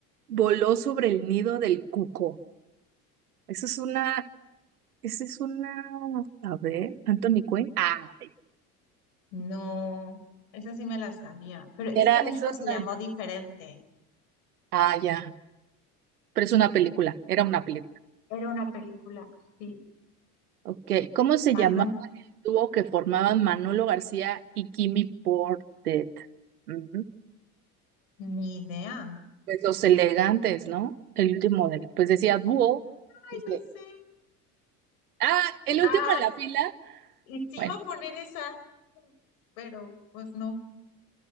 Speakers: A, on the right (about 80°); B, on the left (about 70°).
A: Voló sobre el nido del cuco? Esa es una, esa es una, a ver, Anthony Quinn. Ah,
B: No, esa sí me la sabía. Pero
A: era,
B: es que en
A: es
B: México
A: una,
B: se llamó diferente.
A: ah, ya. Pero es una película, era una película.
B: Era una película. Sí,
A: Ok, ¿cómo se
B: Manolo,
A: llamaba el dúo que formaban Manolo García y Kimi Portet? Ujú.
B: ni idea.
A: Pues los elegantes, ¿no? El último de la- pues decía dúo.
B: Ay,
A: Dice,
B: no sé.
A: ah, el
B: Ay,
A: último en la fila.
B: y sí
A: Bueno,
B: iba a poner esa, pero pues no.